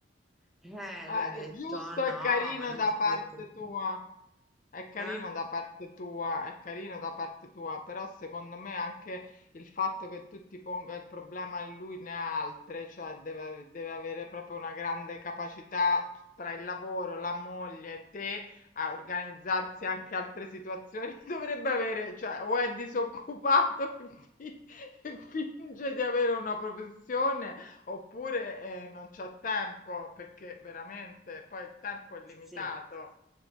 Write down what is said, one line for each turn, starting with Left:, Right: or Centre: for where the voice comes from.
Centre: Eh,
Left: Eh,
Centre: lui ha
Left: è
Centre: detto,
Left: giusto
Centre: no,
Left: e carino
Centre: ma non
Left: da
Centre: ti
Left: parte
Centre: preoccupare.
Left: tua. È carino
Centre: Eh?
Left: da parte tua, è carino da parte tua, però secondo me anche il fatto che tu ti ponga il problema e lui ne ha altre, cioè deve, deve avere proprio una grande capacità tra il lavoro, la moglie e te a organizzarsi anche altre situazioni, <laughs> dovrebbe avere, cioè o è disoccupato <laughs> e, fi- e finge di avere una professione oppure eh, non c'ha tempo, perché veramente poi il tempo è limitato.
Centre: Sì.